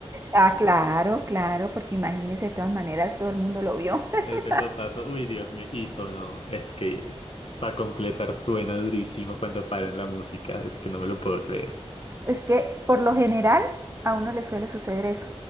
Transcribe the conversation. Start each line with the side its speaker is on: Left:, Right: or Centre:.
Right: Ah, claro, claro, porque imagínese, de todas maneras todo el mundo lo vio.
Left: <laughs>
Right: <laughs>
Left: Ese totazo, uy, Dios mío, y sonó, es que para completar suena durísimo cuando paran la música, es que no me lo puedo creer.
Right: Es que por lo general a uno le suele suceder eso,